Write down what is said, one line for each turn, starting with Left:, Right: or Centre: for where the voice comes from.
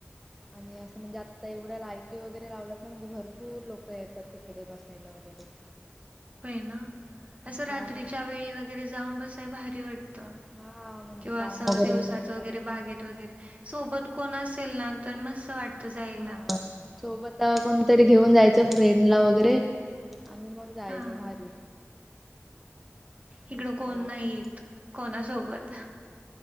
Centre: आणि असं म्हणजे, आता एवढ्या लायटी वगैरे लावल्यात ना म्हणजे भरपूर लोक येतात तिकडे बसायला. महिला वगैरे
Right: होय ना, असं रात्रीच्या
Centre: छान वाट
Right: वेळी वगैरे जाऊन बसाय भारी वाटतं.
Centre: हा म्हणजे
Right: किंवा
Centre: काम
Right: अस
Centre: वगैरे
Right: दिवसाच
Centre: करतायत
Right: वगैरे बागेत वगैरे सोबत कोण असेल ना? तर मस्त वाटतं जायला.
Centre: हा. सोबत कोणतरी घेऊन जायचं फ्रेंड ला वगैरे. आणि मग जायचं
Right: हां
Centre: भारी. मस्त
Right: इकडं कोण
Centre: वातावरण
Right: नाहीत कोणासोबत